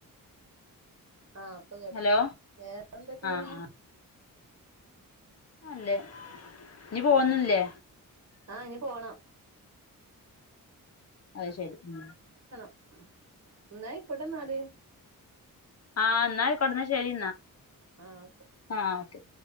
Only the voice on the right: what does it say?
ആ അപ്പം കേട്ട്
വേറെ എന്തൊക്കെ
പിന്നെ
ഉം ആഹ് ഇനി പോണം
ആ. മുന്നാഴി കെടംനാല്.
ആഹ് ഓക്കെ